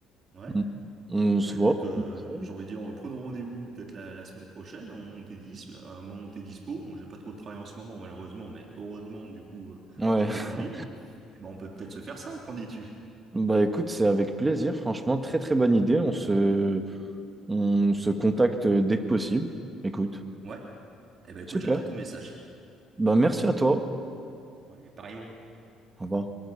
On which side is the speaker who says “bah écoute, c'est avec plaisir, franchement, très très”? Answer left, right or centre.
Right